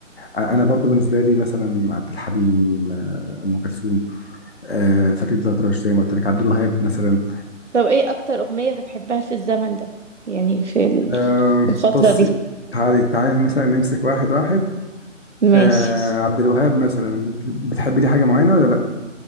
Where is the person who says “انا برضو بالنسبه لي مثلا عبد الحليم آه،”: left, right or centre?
Left